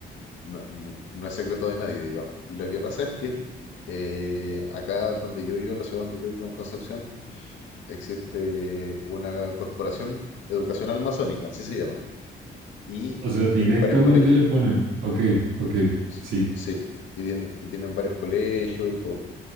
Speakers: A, on the left (about 75°); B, on the right (about 80°).
A: No, no- no es secreto de nadie, digamos. Y lo que pasa es que eh, acá donde yo vivo, la ciudad donde yo vivo, en Concepción, existe una corporación educacional masónica, así se llama. Y
B: O sea, directamente
A: tienen varios colegios.
B: le ponen, ok, ok,
A: S-
B: sí.
A: Sí, y tienen, y tienen varios colegios y todo.